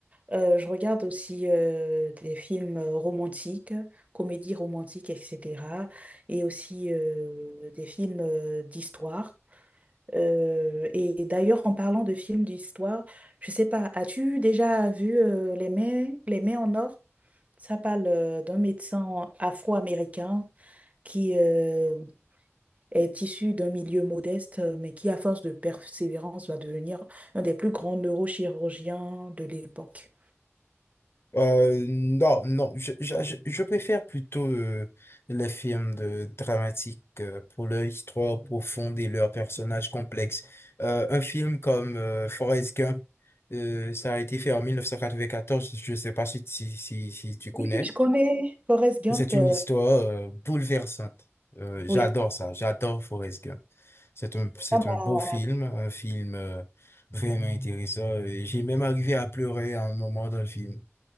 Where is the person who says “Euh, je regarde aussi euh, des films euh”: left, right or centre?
Right